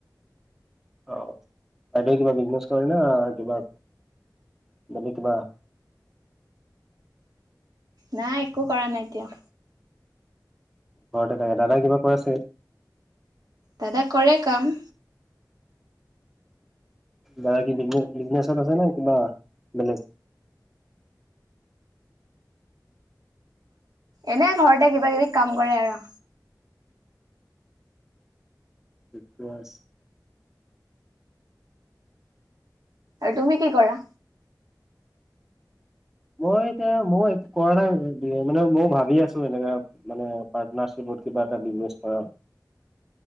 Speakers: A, in the centre; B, on the right.
A: অ' বাইদ কিবা বিজনেছ কৰে না কিবা বে কিবা
B: নাই একো কৰা নাই এতিয়াও।
A: ঘৰতে থাকে দাদাই কিবা কৰে ছাগে?
B: দাদা কৰে কাম।
A: যাৰ কিনে বিজনেচত, বিজনেচ আছে নে কিবা বেলেগ?
B: এনে ঘৰতে কিবা কিবি কাম কৰে আৰু।
A: ঠিকে আছে।
B: আৰু তুমি কি কৰা?
A: মই এতিয়া মই একো কৰা নাই মানে ময়ও ভাবি আছো এনেকা। মানে পাৰ্টনাৰশিপত কিবা এটা বিজনে কৰা।